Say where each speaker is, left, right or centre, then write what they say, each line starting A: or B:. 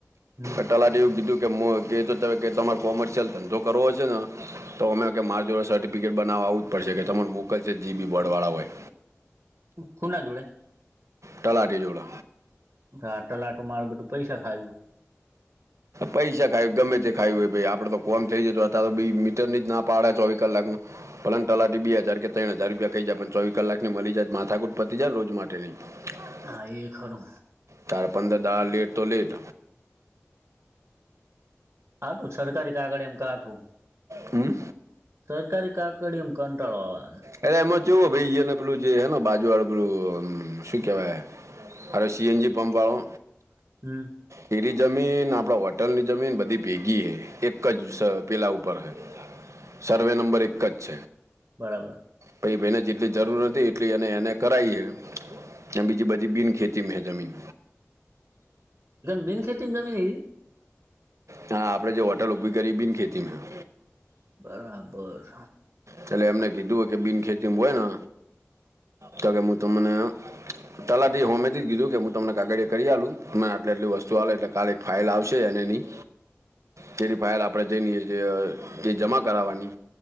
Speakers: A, on the right; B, on the right.
A: હમ
B: ટલાટી એવું કીધું કે મોં કે તો તમારે કોમર્શિયલ ધંધો કરવો શે ને? તો અમે કે મારી જોડ સર્ટિફિકેટ બનાવવા આવું જ પડશે કે તમાર મોકલશે જીબી બોડ વાળા હોય.
A: ખુના જોડે?
B: તલાટી જોડે
A: હા ટલાટું મારું બધું પૈસા ખાય ગયું
B: પૈસા ખાય ગમે તે ખાયું હોય ભાઈ આપડે તો કોમ થઈ <unintelligible> તો બય મીટર જ ના પાડે ચોવી કલાકમાં ભલેને તલાટી બે હજાર કે ત્રણ હજાર રૂપિયા ખઈ જાય પણ ચોવી કલાકની મલી જાય માથાકૂટ પતી જાયને રોજ માટેની <inaudible>
A: હા એ ખરુ
B: તાર પંદર દાળા લેટ તો લેટ
A: આઠું સરકારી કાગડીયામાં કાઠું
B: હમ્મ.
A: સરકારી કાગડીયામાં કંટાળો આવે
B: અરે એમાં જોવો ભાઈને પેલું જે હે ને બાજુ વાળું પેલું શું કેવાય અરે સી. એન. જી પંપ વાળો
A: હમ્મ.
B: જમીન આપડા વટરની જમીન બધી ભેગી હૈ. એક જ સ પેલા ઉપર હૈ સર્વે નંબર એક જ
A: બરાબર.
B: ભાઈને જેટલી જરૂર હતી, એટલી એણે એને કરાઈ. બીજી બધી બિન ખેતી મે હૈ જમીન.
A: બીન ખેતીમાં જમીન.
B: હા, આપડે જે હોટલ ઉભી કરીએ, બિન ખેતી માં
A: બરાબર.
B: છેલ્લે એમને કીધું હોય કે, બિન ખેતીમાં હોય ને, તો કે હું તમને. તલાતો હોમેથી કીધું. તમને કાગળ કરી, આલું તમે આટલી આટલી વસ્તુ આવે, એટલે કાલ એક ફાાઈલ આવશે અને એની તેની ફાઇલ આપણેે જઈને, એ જ જમા કરાવવાની.